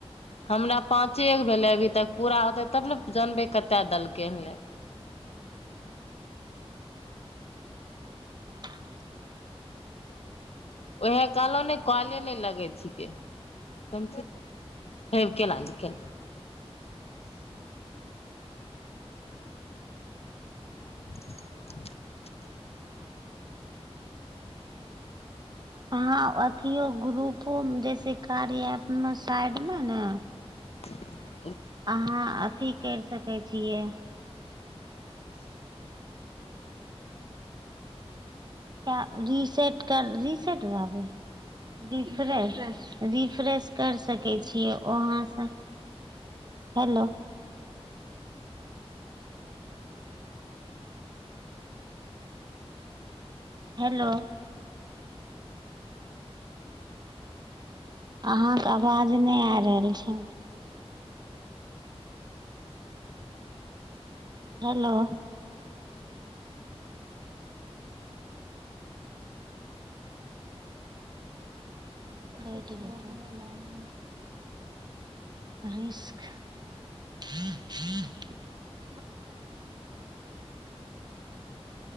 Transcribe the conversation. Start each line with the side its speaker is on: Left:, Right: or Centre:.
Left: हमरा पाँचेगो भेलै अभी तक पूरा होतै तब ने जानबे कतय देलकै हन ले
Right: करब छै
Left: उएह कहलहुँ ने कले नहि लगै छिकै त हे केना जे <unintelligible>
Right: ह अथिो ग्रुपो जैसे कार्य साइड मे ने
Left: <unintelligible>
Right: अहाँ अथिी करि सक देखै छियै रिसेट कर रिसेट भी रि्रेश रिफ्रेश करि सकै छियै वहाँसँ हेलो हेलो अहाँके आवाज नहि आ रहल छै हेलो ट रस्क ह ह